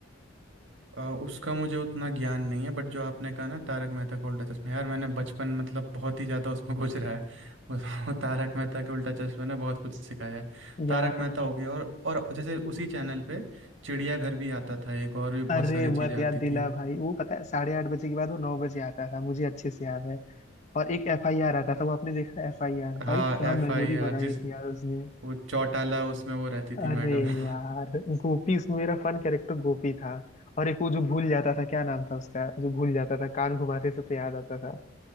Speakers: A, on the right; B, on the left.
A: अ, उसका मुझे उतना ज्ञान नहीं है बट जो आपने कहा ना तारक मेहता का उल्टा चश्मा यार मैंने बचपन मतलब बहुत ही ज़्यादा उसमें घुस रहा है उस वो <laughs> तारक मेहता के उल्टा चश्मा ने बहुत कुछ सिखाया है तारक
B: यार
A: मेहता हो गया और और जैसे उसी चैनल पे चिड़ियाघर भी आता था एक और भी बहुत
B: अरे
A: सारी
B: मत
A: चीज़ें
B: याद
A: आती
B: दिला
A: थी
B: भाई वो पता है साढ़े आठ बजे के बाद वो नौ बजे आता था मुझे अच्छे से याद है और एक एफ आई आर आता था वो आपने देखा एफ आई आर
A: हाँ
B: भाई क्या
A: एफ
B: मेमोरी
A: आई आर
B: बनाई
A: जिस
B: थी यार उसने
A: वो चौटाला उसमें वो रहती थी
B: अरे
A: मैडम <laughs>
B: यार गोपी उसमें मेरा फन कैरेक्टर गोपी था और एक वो जो भूल जाता था क्या नाम था उसका जो भूल जाता था कान घुमाते से तो याद आता था